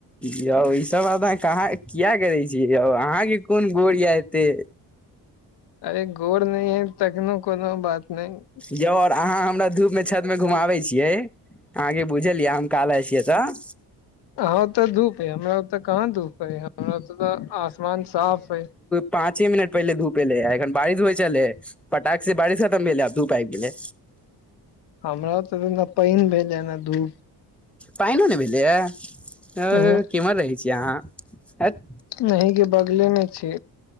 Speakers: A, in the centre; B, on the left.
A: यौ ई सब बात अह कहाँ किया करै छिय यौ, अहाँके कोन गोर य एतै।
B: अरे गोर नै यै, तखनो कोनो बात नहि
A: यौ और अहाँ हमरा धूप मे छत में घुमाबे छियै। अहाँके बुझलयै हम काला छियै तऽ
B: आहाँ उतै धूप यै हमरा ओते कहाँ धूप है हमरा ओतै आसमान साफ अइ
A: पाँंचे मिनट पहिले धूप एले है, एखन बारिश होइ छल फटाकख से बारिश खतम भेल है, आब धूप आब गेलइ
B: हमरा ओते नै पैन भेल है, नै धूप
A: पैनओ नै भेलैए है
B: उहूं
A: किम्हर रहै छिय अहाँ हट
B: नही के बगले मे छी